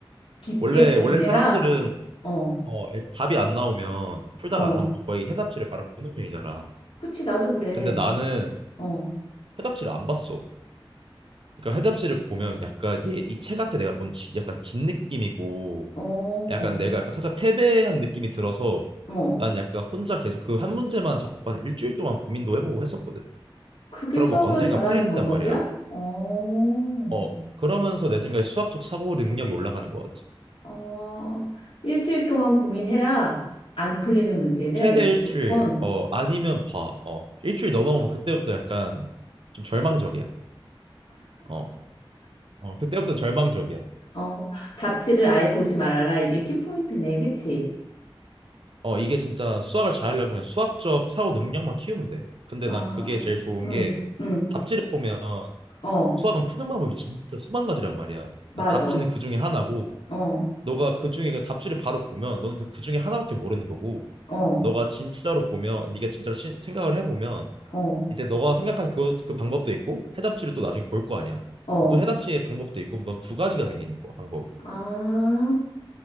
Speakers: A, on the left (about 75°); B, on the right (about 70°).
A: 깊게
B: 원래
A: 고민해라.
B: 원래 사람들은
A: 어.
B: 어, 애- 답이 안 나오면 풀다가
A: 어.
B: 안 나오면 거의 해답지를 바로 보는 편이잖아.
A: 그치 나도 그래.
B: 근데 나는
A: 어.
B: 해답지를 안 봤어. 그러니까 해답지를 보면 약간 얘 이 책 같아 내가 뭔 지- 약간 진 느낌이고
A: 어.
B: 약간 내가 약간 살짝 패배한 느낌이 들어서
A: 어.
B: 난 약간 혼자 계속 그 한 문제만 잡고 한 일주일 동안 고민도 해보고 했었거든.
A: 그게
B: 그러면
A: 수학을
B: 언젠가
A: 잘하는
B: 풀린단
A: 방법이야?
B: 말이야.
A: 어.
B: 어 그러면서 내 생각에 수학적 사고 능력이 올라가는 것 같아.
A: 어, 일주일 동안 고민해라. 안 풀리는 문제는
B: 최대 일주일,
A: 무조건,
B: 어, 아니면 봐. 어, 일주일 넘어가면 그때부터 약간 좀 절망적이야. 어, 어, 그때부터 절망적이야.
A: 어, 답지를 아예 보지 말아라. 이게 키포인트네. 그치?
B: 어, 이게 진짜 수학을 잘하려면 그냥 수학적 사고 능력만 키우면 돼. 근데
A: 아,
B: 난 그게 제일 좋은
A: 응,
B: 게
A: 응,
B: 답지를 보면
A: 어,
B: 수학은 푸는 방법이 진짜 수만 가지란 말이야.
A: 맞아.
B: 난 답지는 그 중에 하나고,
A: 어,
B: 너가 그 중에 그 답지를 바로 보면 너는 그 그 중에 하나밖에 모르는 거고,
A: 어,
B: 너가 진짜로 보면, 네가 진짜로 신- 생각을 해보면
A: 어,
B: 이제 너가 생각한 그, 그 방법도 있고 해답지를 또 나중에 볼 거 아니야.
A: 어.
B: 또 해답지의 방법도 있고 넌 두 가지가 생기는 거야, 방법이.
A: 아,